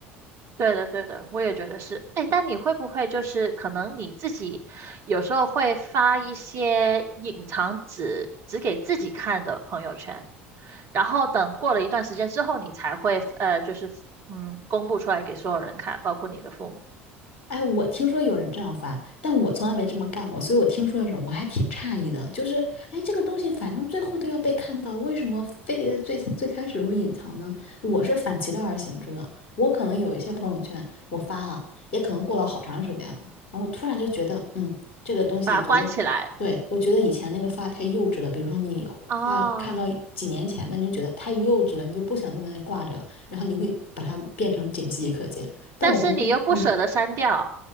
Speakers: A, on the right; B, on the left.
A: 对的，对的，我也觉得是。哎，但你会不会就是可能你自己有时候会发一些隐藏只只给自己看的朋友圈，然后等过了一段时间之后，你才会呃，就是嗯，公布出来给所有人看，包括你的父母，
B: 哎，我听说有人这样发，但我从来没这么干过，所以我听说的时候我还挺诧异的。就是，哎，这个东西反正最后都要被看到，为什么非得在最最开始会隐藏呢？我是反其道而行之的。我可能有一些朋友圈我发了，也可能过了好长时间了，然后我突然就觉得，嗯，这个东西觉得，
A: 把它关起来
B: 对，我觉得以前那个发太幼稚了。比如说你发看到几年前的，
A: 啊，
B: 你就觉得太幼稚了，你就不想在那里挂着了，然后你会把它变成仅自己可见。但我不会，
A: 但是你又不舍得删掉。
B: 嗯。